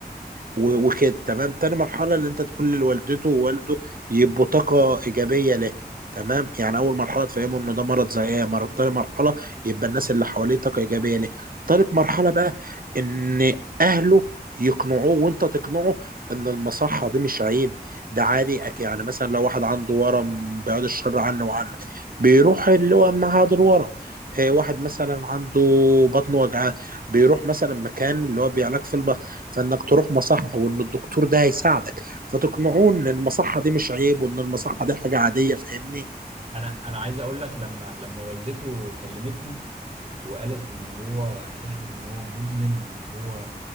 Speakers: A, on the right; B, on the right.
A: و- وكده تمام تاني مرحله اللي انت تقول لوالدته ووالده يبقوا طاقة إيجابية له تمام يعني أول مرحلة تفهموا إن ده مرض زي إيه مرض تاني مرحلة يبقى الناس اللي حواليه طاقة إيجابية له تالت مرحلة بقى إن أهله يقنعوه وانت تقنعه ان المصحة دي مش عيب ده عادي أك- يعني مثلا لو واحد عنده ورم بيعود الشر عنه وعنك بيروح اللي هو معهد الورم آه، واحد مثلا عنده بطن وجعاه بيروح مثلا مكان اللي هو بيعالج في البطن فانك تروح مصحة وان الدكتور ده هيساعدك فتقنعوه ان المصحه دي مش عيب وان المصحه دي حاجه عاديه فاهمني
B: انا انا عايز اقول لك لما لما والدته كلمتني وقالت ان هو اكتشفت ان هو مدمن وان هو